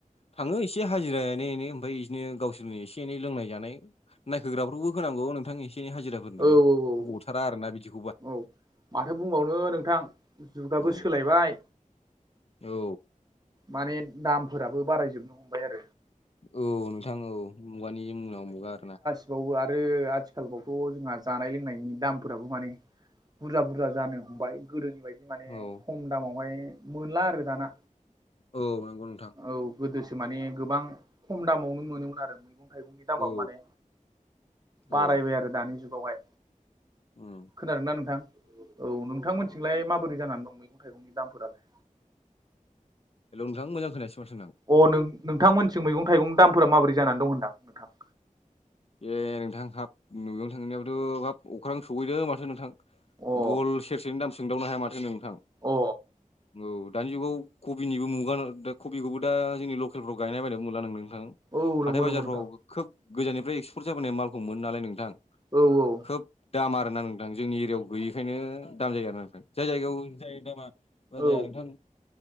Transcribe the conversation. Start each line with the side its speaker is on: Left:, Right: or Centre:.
Left: थाङो एसे हाजिरा एनै एनै ओमफफ्राय बिदिनो गावसोरनि एसे एनै लोंनाय जानाय नायखोग्राफ्रावबो होनांगौ औ नोंथां एसे एनै हाजिराफोरनोबो
Right: औ औ औ
Left: गथारा आरोना बिदिखौ बा
Right: औ माथो बुंबावनो नोंथां जुगाबो
Left: औ
Right: सोलायबाय
Left: औ
Right: माने दामफोराबो बारायजोबनो हमबाय आरो
Left: औ नोंथां औ मुगानि मुनाव मुगा आर ना
Right: बेवबो आरो आथिखालबावथ' जोंहा जानाय लोंनायनि दामफोराबो माने बुरजा बुरजा जानो हमबाय गोदोनि बायदि माने
Left: औ
Right: खम दामावहाय मोनला आरो दाना
Left: औ नंगौ नोंथां
Right: औ गोदोसो माने गोबां खम दामावनो मोनोमोन आरो मैगं थाइगंनि दामबाब
Left: औ
Right: माने बारायबाय
Left: औ
Right: आरो दानि जुगावहाय
Left: उम
Right: खोनादों ना नोंथां औ नोंथां मिथिंलाय माबोरै जानानै दं मैगं थाइगंनि दामफोरालाय
Left: हेल' नोंथां मोजां खोनायास माथो नों
Right: अ नों-नोंथांमोनस मैगं थाइगंनि दामफोरा माबोरै जानानै दं होनदां नोंथां
Left: ए नोंथां हाब न'गनो थांनायाबथ' हाब अख्रांनो सहैदों माथो नोंथां
Right: अ
Left: बल सेरसेनि दाम सोंदावनो हाया माथो नोंथां
Right: अ
Left: औ दानि जुगाव कबिनिबो मुगा दा कबिखौबो दा जोंनि लकेलफ्राव गायनाय बायनो मोनला नोंदों नोंथां
Right: औ नंगौ
Left: हाथाय
Right: नंगौ
Left: बाजारफ्राव
Right: नोंथां
Left: खोब गोजाननिफ्राय एक्सपर्ट जाबोनाय मालखौ मोनो नालाय नोंथां
Right: औ औ
Left: खोब दाम आरोना नोंथां जोंनि एरियाव गैयैखायनो दाम जायो आरो ना नोंथां जाय जायगायाव जाय दामा बा
Right: औ
Left: जाया नोंथां